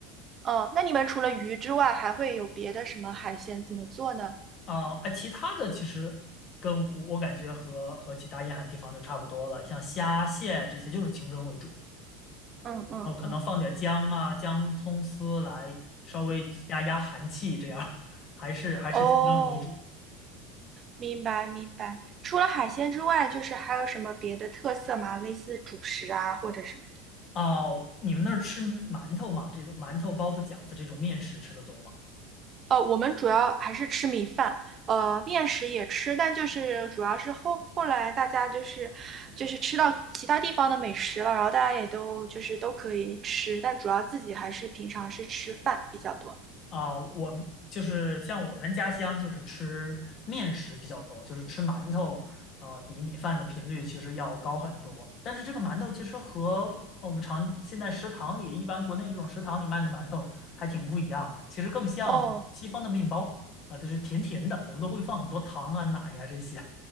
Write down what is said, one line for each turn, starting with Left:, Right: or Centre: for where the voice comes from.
Right: 哦，那你们除了鱼之外，还会有别的什么海鲜怎么做呢？
Left: 啊。啊，其他的其实跟我感觉和和其他沿海地方就差不多了，像虾蟹这些就是清蒸为主。
Right: 嗯嗯嗯，
Left: 哦，可能放点姜啊、姜、葱丝来稍微压压寒气，这样还是还是清蒸为主。
Right: 哦，明白明白。除了海鲜之外，就是还有什么别的特色吗？类似主食啊，或者什么？
Left: 哦，你们那儿吃馒头吗？这种馒头、包子、饺子这种面食吃的多吗？
Right: 呃，我们主要还是吃米饭，呃，面食也吃，但就是主要是后后来大家就是就是吃到其他地方的美食了，然后大家也都就是都可以吃，但主要自己还是平常是吃饭比较多。
Left: 啊，我们就是像我们家乡就是吃面食比较多，就是吃馒头，呃，比米饭的频率其实要高很多。但是这个馒头其实和我们常现在食堂里一般国内这种食堂里卖的馒头还挺不一样的，其实更像西方的面包啊，
Right: 哦
Left: 就是甜甜的，我们都会放很多糖啊、奶呀、这些，